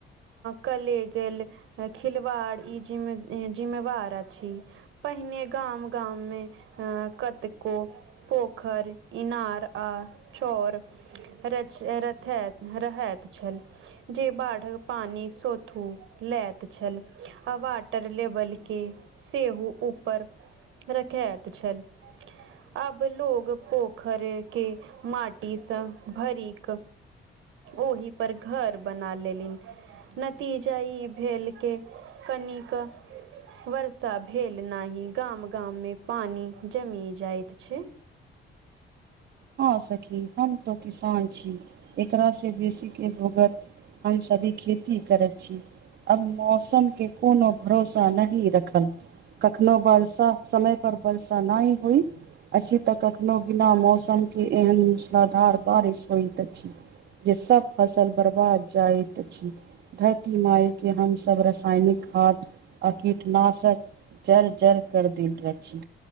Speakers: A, on the right; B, on the right.
A: कलेगएल खिलवाड़ ई जिम्मे जिम्मेवार अछि। पहिने गाम गाम मे अ कतको पोखरि, इनार आ चौर रच रथे रहैत छल। जे बाढ़क पानि सोथू लेैत छल आ वाटर लेबलके, सेहो ऊपर रखैत छल। अब लोग पोखर के माटीसँ भरिक ओहि पर, घर बना लेलिन। नतीजा ई भेल के, कनिक कँ वर्षा भेल नहि, गाम- गाममे पानि जमि जाइत छै।
B: हँ सखी! हम तो किसान छी, एकरा से बेसी के भोगत। हम सभी खेती करैत छी अब मौसम के कोनो भरोसा नहि रखल। कखनो वर्षा समय पर वर्षा नहि होइ। अछि, तऽ कखनो बिना मौसम के एहन मूसलाधार बारिश होइत अछि। जे सब फसल बर्बाद जाइत अछि, धरती माय के हम सब रसायनिक खाद, आ कीटनाशक जड़ जर कर देल अछि।